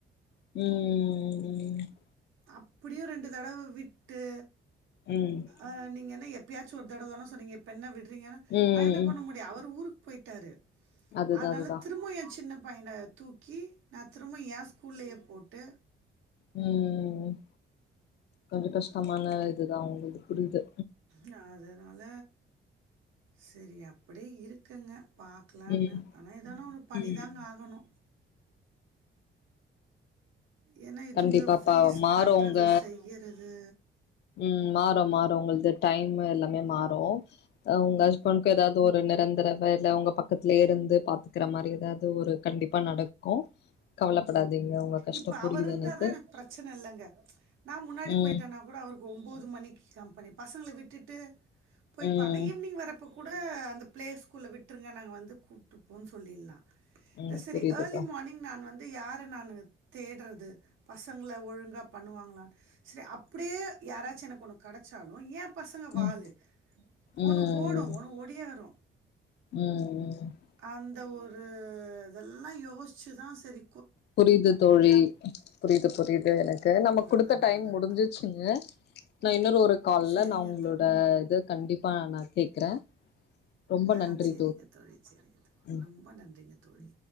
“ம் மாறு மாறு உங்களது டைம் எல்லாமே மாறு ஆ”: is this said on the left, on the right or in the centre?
Left